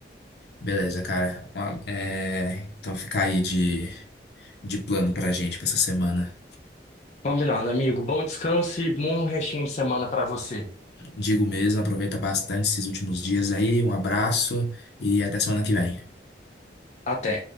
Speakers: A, on the left; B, on the left.
A: Beleza, cara. Uma- é, então fica aí de. de plano pra gente pra essa semana.
B: Combinado, amigo. Bom descanso e bom restinho de semana pra você.
A: Digo mesmo, aproveita bastante esses últimos dias aí. Um abraço e até semana que vem.
B: Até.